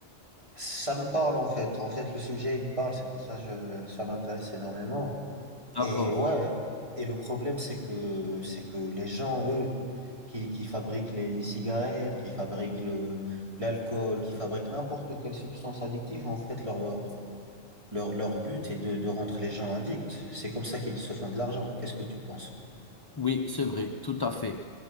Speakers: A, on the right (about 25°); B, on the left (about 35°).
A: ça me parle en fait. En fait, le sujet il parle, c'est pour ça que je ça m'intéresse énormément.
B: D'accord.
A: Et ouais, et le problème, c'est que, c'est que les gens, eux, qui, qui fabriquent les, les cigarettes, qui fabriquent le, l'alcool, qui fabriquent n'importe quelle substance addictive, en fait, leur, leur, leur but est de, de rendre les gens addicts. C'est comme ça qu'ils se font de l'argent. Qu'est-ce que tu penses?
B: Oui, c'est vrai, tout à fait.